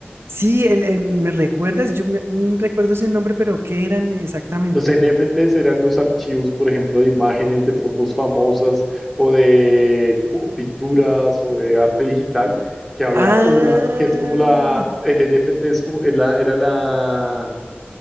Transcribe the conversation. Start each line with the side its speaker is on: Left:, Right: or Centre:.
Right: Sí, el- el- me recuerdas, yo me- mm, recuerdo ese nombre, pero ¿qué eran exactamente?
Centre: Los NFTs eran los archivos, por ejemplo, de imágenes, de fotos famosas o de cu- pinturas o de arte digital, que había
Right: Ah,
Centre: una, que es como la, el NFT es como, es la- era la,